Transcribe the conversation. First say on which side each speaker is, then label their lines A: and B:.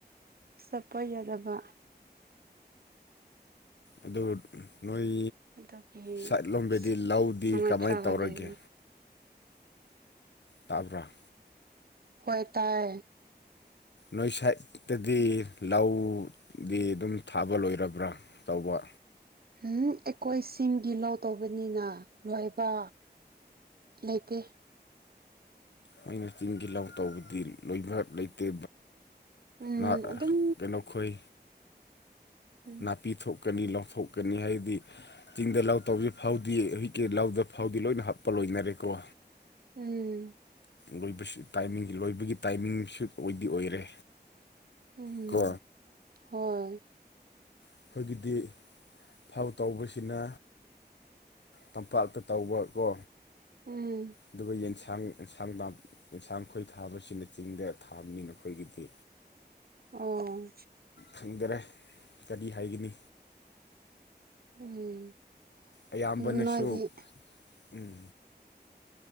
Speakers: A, on the right (about 60°); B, on the left (about 85°).
A: ꯆꯠꯄ ꯌꯥꯗꯕ
B: ꯑꯗꯨ ꯅꯣꯏ
A: ꯑꯗꯨꯒꯤ
B: ꯁꯥꯏꯠ ꯂꯣꯝꯗꯗꯤ
A: ꯑꯁ
B: ꯂꯧꯗꯤ
A: ꯅꯨꯡꯉꯥꯏꯇ꯭ꯔꯒ
B: ꯀꯃꯥꯏꯅ ꯇꯧꯔꯒꯦ
A: ꯂꯩꯕꯅꯤ
B: ꯇꯥꯕ꯭ꯔꯥ
A: ꯍꯣꯏ ꯇꯥꯏ
B: ꯅꯣꯏ ꯁꯥꯏꯠꯇꯗꯤ ꯂꯧꯗꯤ ꯑꯗꯨꯝ ꯊꯥꯕ ꯂꯣꯏꯔꯕ꯭ꯔꯥ ꯇꯧꯕ꯫
A: ꯎꯝ ꯑꯩꯈꯣꯏꯁꯤꯡꯒꯤ ꯂꯧ ꯇꯧꯕꯅꯤꯅ ꯂꯣꯏꯕꯥ꯫ ꯂꯩꯇꯦ꯫
B: ꯍꯣꯏꯅ ꯆꯤꯡꯒꯤ ꯂꯧ ꯇꯧꯕꯗꯤ ꯂꯣꯏꯕꯥꯛ ꯂꯩꯇꯦ
A: ꯎꯝ
B: ꯅ
A: ꯑꯗꯨꯝ
B: ꯀꯩꯅꯣ ꯈꯣꯏ꯫
A: ꯎꯝ
B: ꯅꯥꯄꯤ ꯊꯣꯛꯀꯅꯤ ꯂꯧꯊꯣꯛꯀꯅꯤ ꯍꯥꯏꯗꯤ꯫ ꯆꯤꯡꯗ ꯂꯥꯎ ꯇꯧꯕꯁꯤ ꯐꯥꯎꯗꯤ ꯍꯧꯖꯤꯛꯀꯤ ꯂꯧꯗ ꯐꯥꯎꯗꯤ ꯂꯣꯏꯅ ꯍꯥꯞꯄ ꯂꯣꯏꯅꯔꯦꯀꯣ꯫
A: ꯎꯝ
B: ꯂ‌ꯣꯏꯕꯁꯨ ꯇꯥꯏꯃꯤꯡ ꯂꯣꯏꯕꯒꯤ ꯇꯥꯏꯃꯤꯡꯁꯨ ꯑꯣꯏꯗꯤ ꯑꯣꯏꯔꯦ
A: ꯎꯝ
B: ꯀꯣ
A: ꯍꯣꯏ
B: ꯑꯩꯈꯣꯏꯒꯤꯗꯤ ꯊꯥꯎ ꯇꯧꯕꯁꯤꯅ ꯇꯝꯄꯥꯛꯇ ꯇꯧꯕ ꯀꯣ
A: ꯎꯝ
B: ꯑꯗꯨꯒ ꯌꯦꯟꯁꯥꯡ ꯑꯦꯟꯁꯥꯡ ꯌꯦꯟꯁꯥꯡ ꯈꯣꯏ ꯊꯥꯕꯁꯤꯅ ꯆꯤꯡꯗ ꯊꯥꯕꯅꯤꯅ ꯑꯩꯈꯣꯏꯒꯤꯗꯤ
A: ꯑꯣ
B: ꯈꯪꯗꯔꯦ ꯀꯔꯤ ꯍꯥꯏꯒꯅꯤ꯫
A: ꯎꯝ꯫
B: ꯑꯌꯥꯝꯕꯅꯁꯨ
A: ꯅꯣꯏꯗꯤ
B: ꯎꯝ꯫